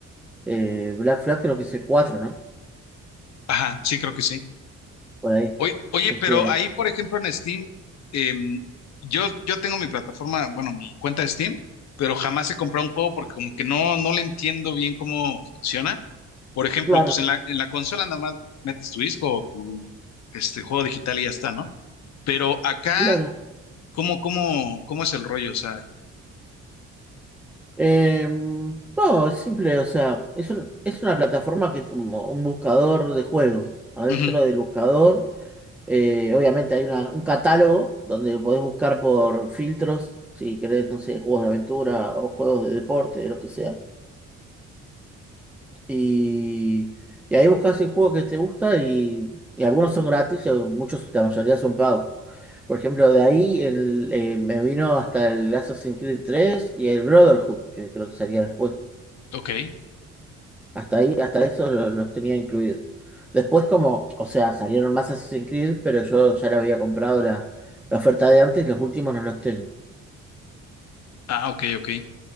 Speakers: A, in the centre; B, on the left.
A: eh, Black Flag creo que es el cuatro ¿no?
B: Ajá, sí, creo que sí.
A: Por ahí.
B: Oye, oye,
A: Este,
B: pero ahí, por ejemplo, en Steam, em, yo, yo tengo mi plataforma, bueno, mi cuenta de Steam, pero jamás he comprado un juego porque como que no, no le entiendo bien cómo funciona. Por ejemplo,
A: claro,
B: pues en la, en la consola nada más metes tu disco o tu este juego digital y ya está, ¿no? Pero acá,
A: claro.
B: ¿cómo, cómo, cómo es el rollo? O sea,
A: Eh, no, es simple, o sea, es un- es una plataforma que es como un buscador de juegos. Adentro
B: ujú,
A: del buscador Eh, obviamente hay una- un catálogo donde podés buscar por filtros, si querés, no sé, juegos de aventura o juegos de deporte, lo que sea. Y, y ahí buscas el juego que te gusta y, y algunos son gratis, y muchos, la mayoría son pagos. Por ejemplo, de ahí el, eh, me vino hasta el Assassin's Creed 3 y el Brotherhood, que creo que salía después.
B: ok.
A: Hasta ahí, hasta eso lo- los tenía incluidos. Después como, o sea, salieron más Assassin's Creed, pero yo ya le había comprado la, la oferta de antes, los últimos no los tengo.
B: Ah, ok, ok.